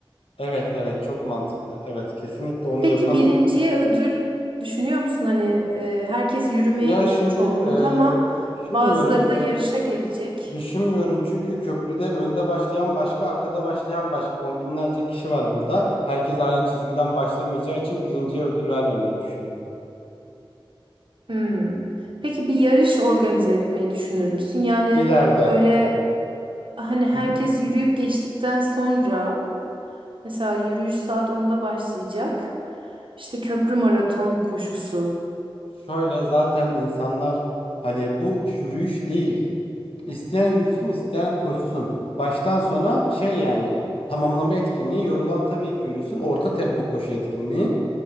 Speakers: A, on the left; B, on the right.
A: Evet evet çok mantıklı. Evet kesinlikle onu
B: Peki
A: yapalım.
B: birinciye ödül düşünüyor musun? Hani e, herkes yürümeye
A: Ya
B: gelir
A: şimdi
B: çoğunluk
A: e,
B: ama
A: düşünmüyorum.
B: bazıları da yarışa gelecek.
A: Düşünmüyorum çünkü köprüde önde başlayan başka arkada başlayan başka on binlerce kişi var burada. Herkes aynı çizgiden başlamayacağı için birinciye ödül vermemeyi düşünüyorum.
B: Hmm. Peki bir yarış organize etmeyi düşünür müsün? Yani
A: İleride.
B: böyle hani herkes
A: Hı hı.
B: yürüyüp geçtikten sonra mesela yürüyüş saat onda başlayacak. İşte köprü maraton koşusu.
A: Şöyle zaten insanlar hani bu yürüyüş değil. İsteyen yürüsün isteyen koşsun. Baştan sona şey yani tamamlama etkinliği yorulan tabii ki yürüsün. Orta tempo koşu etkinliği.